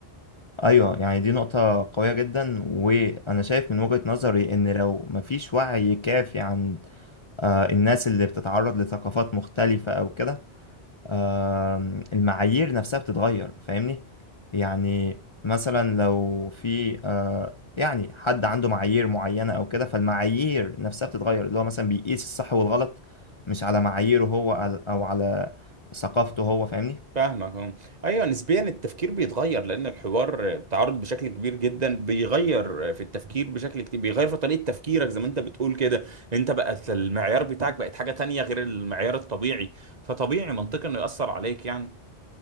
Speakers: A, on the left; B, on the right.
A: ايوه يعني دي نقطة قوية جدا وانا شايف من وجهة نظري ان لو مفيش وعي كافي عند آه، الناس اللي بتتعرض لثقافات مختلفة او كده آم، المعايير نفسها بتتغير فاهمني يعني مثلا لو في آه، يعني حد عنده معايير معينة او كده فالمعايير نفسها بتتغير اللي هو مثلا بيقيس الصح والغلط مش على معاييره هو على- او على ثقافته هو فاهمني
B: فاهمك اه. ايوه نسبيا التفكير بيتغير لان الحوار تعرض بشكل كبير جدا بيغير في التفكير بشكل كتير بيغير في طريقه تفكيرك زي ما انت بتقول كده انت بقت المعيار بتاعك بقت حاجه تانية غير المعيار الطبيعي فطبيعي منطقي انه ياثر عليك يعني